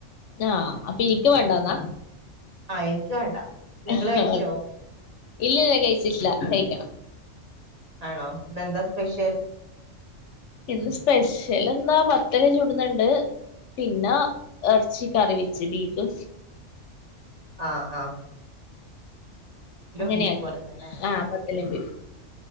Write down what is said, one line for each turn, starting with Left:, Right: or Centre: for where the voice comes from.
Left: ആഹ് അപ്പൊ ഇനിക്ക് വേണ്ടന്നാ
Right: ആഹ എനിക്ക് വേണ്ട നിങ്ങള്
Left: ആഹ്
Right: കഴിച്ചോ
Left: ഇല്ല ല്ല കഴിച്ചിട്ട്ല്ല കെയിക്കണം
Right: ആണോ ഇന്നെന്താ സ്പെഷ്യൽ
Left: ഇന്ന് സ്പെഷ്യൽ എന്താ ബത്തല് ചുടുന്ന്ണ്ട് പിന്നെ എർച്ചി കറി വെച്ച് ബീഫ്
Right: ആഹ് ആഹ്
Left: അങ്ങനെയാക്കി
Right: ബീഫ് വേണന്നല്ലേ
Left: ആഹ് പത്ത്ല് ബീഫ്